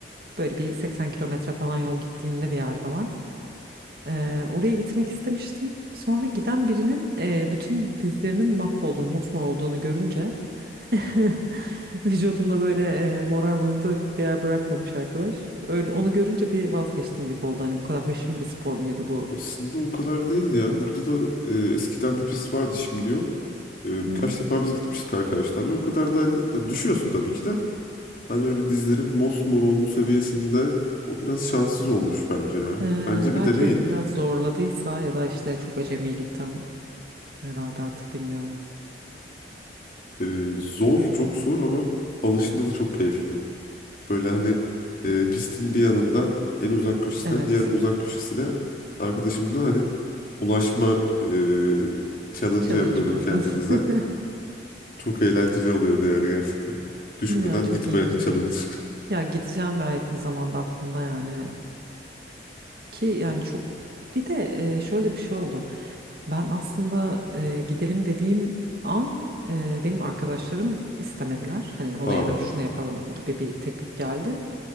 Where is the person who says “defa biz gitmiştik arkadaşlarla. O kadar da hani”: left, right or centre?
Left